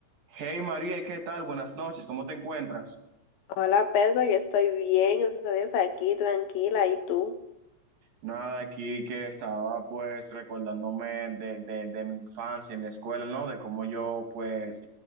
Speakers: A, on the right; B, on the left.
A: Hey María, ¿qué tal? Buenas noches, ¿cómo te encuentras?
B: Hola Pedro, yo estoy bien, gracias a Dios, aquí tranquila. ¿Y tú?
A: Nada, aquí que estaba pues recordándome de, de, de mi infancia en la escuela, ¿no? De cómo yo pues